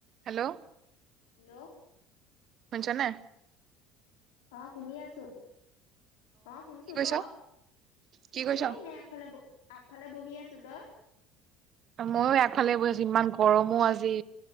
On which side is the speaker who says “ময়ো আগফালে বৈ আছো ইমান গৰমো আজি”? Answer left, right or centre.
Right